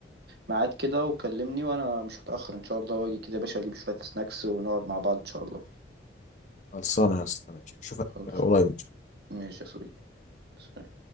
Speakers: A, on the right; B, on the left.
A: ميعاد كده وكلمني وانا مش هتاخر ان شاء الله واجي كده يا باشا اجيب شويه سناكس ونقعد مع بعض ان شاء الله
B: خلصانه يا اسطى ماشي اشوفك
A: خلصان
B: قريب
A: ماشي يا صديقي سلام.